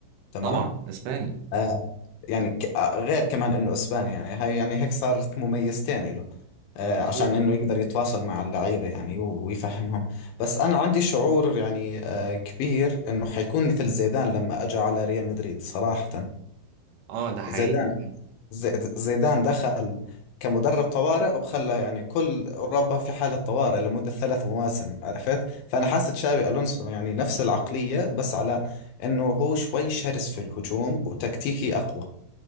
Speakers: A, on the left (about 70°); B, on the right (about 70°).
A: تمام
B: طبعا اسباني
A: آه يعني ك- آه، غير كمان انه اسباني يعني هاي يعني هيك صارت مميزتين له آه
B: مظبوط
A: عشان انه يقدر يتواصل مع اللعيبة يعني و- ويفهمهم بس انا عندي شعور يعني آه كبير انه حيكون مثل زيدان لما اجى على ريال مدريد صراحة
B: اه ده حقيقي
A: زيدان زي- زيدان دخل كمدرب طوارئ وخلى يعني كل اوروبا في حالة طوارئ لمدة ثلاث مواسم عرفت فانا حاسة تشابي الونسو يعني نفس العقلية بس على انه هو شوي شرس في الهجوم وتكتيكي اقوى